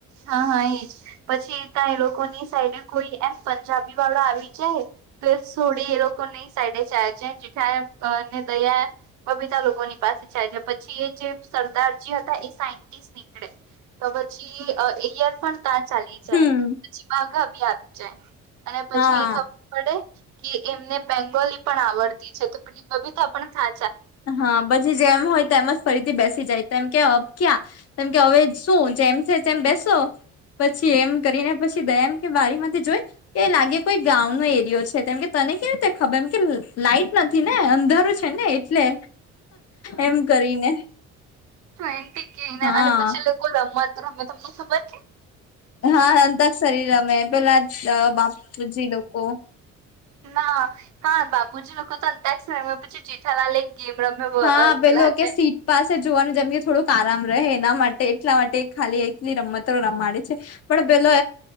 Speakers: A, on the right; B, on the left.
A: હા હા એજ પછી ત્યાં એ લોકોની સાઈડે કોઈ એમ પંજાબી વાળો આવી જાય, તો થોડી એ લોકો સાઈડે જ છે, જે અને દયા, બબીતા લોકોની પાસે જાય છે. પછી એ જે સરદારજી હતા, એ સા નીકળે તો પછી એર પણ ત્યા ચાલી જાય
B: હમ
A: પછી બાઘા બી આવી જાય, અને પછી
B: હા
A: એ ખબર પડે કે એમને બેંગોલી પણ આવડતી છે, તો પ્રિલીપ બી તો આપણે થા
B: હા, પછી જેમ હોય, તો એમજ ફરીથી બેસી જાય. તેમ કે અ, ક્યા કેમ કે હવે શું, જેમ છે તેમ બેસો. પછી એમ કરીને, પછી જેમ કે, બારી માંથી જોઈ કે લાગે કોઈ ગામ નો એરિયો છે. કેમ કે, તને કેવી રીતે ખબર? એમ કે લાઈટ નથી ને, અંધારું છે ને, એટલે એમ કરીને.
A: એન્ટ કે,
B: હા
A: અને પછી લોકો રમત રમે તો તમને ખબર છે.
B: હા, અંતક શરીર રમે, પેલા જ બાપુજી લોકો.
A: ના, હા, બાપુજી લોકો તો અંદાજ સમયમાં પછી જેઠાલાલ એક ગેમ રમે
B: હા પેલું
A: પેલા
B: કે
A: તે
B: સીટ પાસે જ જોવાને જમી, થોડુંક આરામ રહે એના માટે. એટલા માટે, ખાલી એટલી રમતો રમાડે છે. પણ પેલો